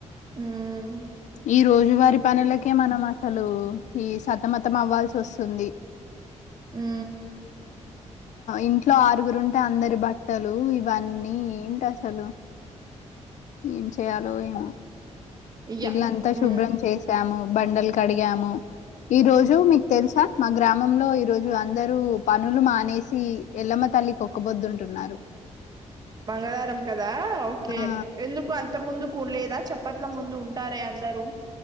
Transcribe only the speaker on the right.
ఉమ్
ఊ ఊ
యా
ఊ
మంగళారం కదా ఓకే
ఎందుకు అంత ముందుకు లేదా చెప్ప అట్ల ముందు ఉంటారే అందరూ